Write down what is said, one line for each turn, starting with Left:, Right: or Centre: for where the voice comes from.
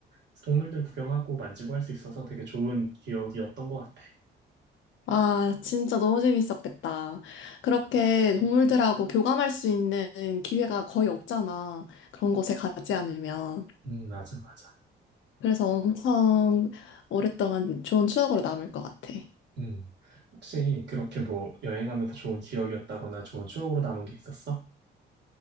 Right: 그래서 동물들 구경하고 만지고 할 수 있어서 되게 좋은 기억이었던 것 같아.
Left: 아, 진짜 너무 재밌었겠다. 그렇게 동물들하고 교감할 수 있는 기회가 거의 없잖아. 그런 곳에 가지 않으면.
Right: 음, 맞아, 맞아.
Left: 그래서 엄청 오랫동안 좋은 추억으로 남을 것 같아.
Right: 음. 혹시 그렇게 뭐 여행하면서 좋은 기억이었다거나 좋은 추억으로 남은 게 있었어?